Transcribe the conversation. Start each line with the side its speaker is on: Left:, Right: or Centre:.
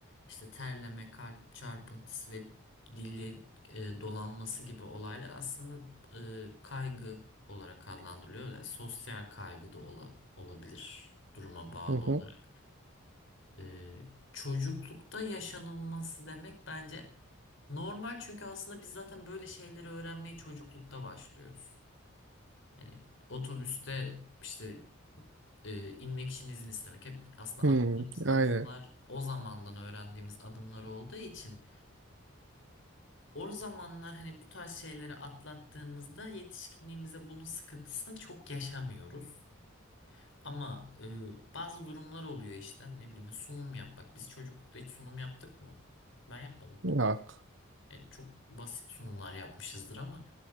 Left: işte terleme, kalp çarpıntısı ve dili e, dolanması gibi olaylar aslında e, kaygı olarak adlandırılıyor. Yani sosyal kaygı da ola- olabilir duruma bağlı
Right: Hı hı.
Left: olarak. E, çocuklukta yaşanılması demek bence normal çünkü aslında biz zaten böyle şeyleri öğrenmeye çocuklukta başlıyoruz. Hani otobüste işte e, inmek için izin istemek hep aslında
Right: Hmm,
Left: attığımız
Right: aynen.
Left: adımlar o zamandan öğrendiğimiz adımlar olduğu için o zamanlar hani bu tarz şeyleri atlattığımızda yetişkinliğimize bunun sıkıntısını çok yaşamıyoruz. Ama e, bazı durumlar oluyor işte ne bileyim sunum yapmak. Biz çocuklukta hiç sunum yaptık mı? Ben yapmadım.
Right: Yok.
Left: Yani çok basit sunumlar yapmışızdır ama